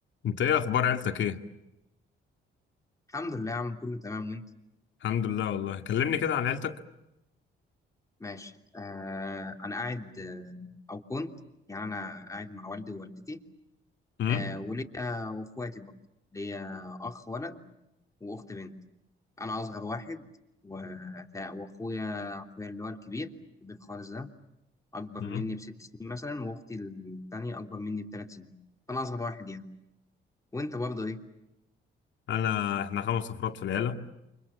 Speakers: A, on the left (about 70°); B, on the left (about 15°).
A: انت ايه اخبار عيلتك ايه
B: الحمد لله يا عم كله تمام وانت
A: الحمد لله والله كلمني كده عن عيلتك
B: ماشي آه انا قاعد آه او كنت يعني انا قاعد مع والدي ووالدتي
A: امم
B: آه وليا واخواتي برضه ليا اخ ولد واخت بنت انا اصغر واحد و- واخويا اخويا اللي هو الكبير البيت خالص ده اكبر
A: امم
B: مني بست سنين مثلا واختي الثانيه اكبر مني بثلاث سنين فانا اصغر واحد يعني وانت برضه ايه
A: انا احنا خمس افراد في العيله